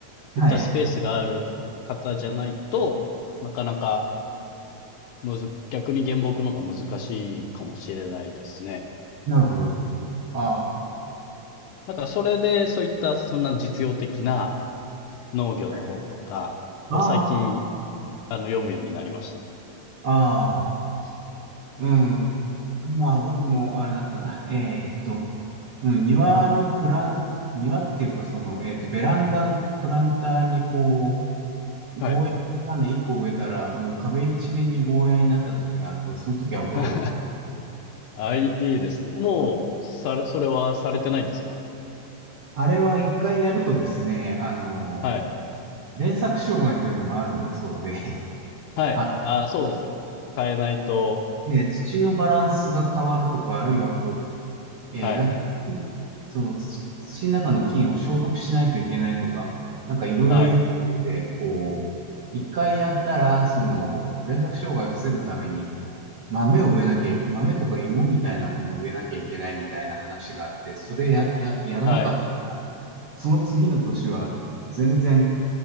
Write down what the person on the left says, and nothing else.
そういったスペースがある方じゃないと、
なかなかむず、逆に原木の方が難しいかもしれないですね。
なんかそれで、そういったそんな実用的な農業の本とかを最近、
あの、読むようになりました。
はい。
<laughs> あ、いい、いいですね。もう、され、それはされてないんですか
はい。
はい。
あ、そうですね。変えないと、
はい。
はい。
はい。